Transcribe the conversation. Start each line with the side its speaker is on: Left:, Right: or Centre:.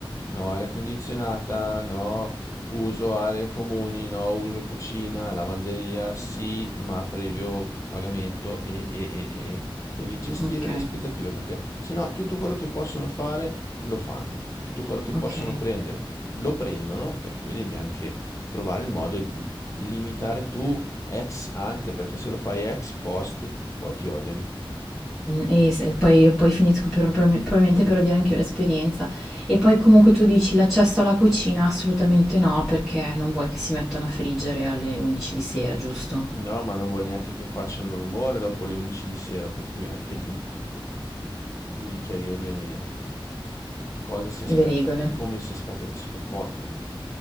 Left: No aria condizionata, no. Uso aree comuni, no. Uso cucina, lavanderia, sì, ma previo pagamento e, e, e, e, e. Devi gestire
Centre: Ok,
Left: le aspettative perché se no tutto quello che possono fare lo fanno, tutto quello che possono
Centre: ok.
Left: prendere lo prendono, per cui devi anche trovare il modo di limitare tu ex ante perché se lo fai ex post poi ti odiano.
Centre: E se- poi, poi finisco per- prob- probabilmente per odiare anch'io l'esperienza. E poi comunque tu dici l'accesso alla cucina? Assolutamente no, perché non vuoi che si mettano a friggere alle 11 di sera, giusto?
Left: No, ma non vuoi neanche che facciano rumore dopo le 11 di sera, per cui anche lì devi chiarire bene cosa si aspetta,
Centre: Le regole.
Left: come si aspetta che si comportino.